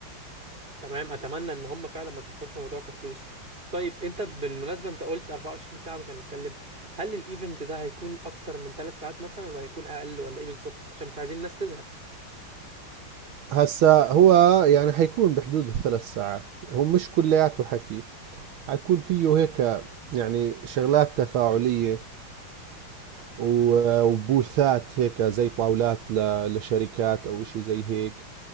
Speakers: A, on the right; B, on the right.
A: تمام اتمنى ان هم فعلا ما يفكروش في الموضوع كفلوس طيب انت بالمناسبه انت قلت 24 ساعه مش هنتكلم هل الايفنت ده هيكون اكتر من 3 ساعات مثلا ولا هيكون اقل ولا ايه بالظبط عشان مش عايزين الناس تزهق
B: هسا هو يعني حيكون بحدود الثلاث ساعات هو مش كلياته حكي حيكون فيه هيك يعني شغلات تفاعلية و- وبوثات هيك زي طاولات ل- لشركات أو إشي زي هيك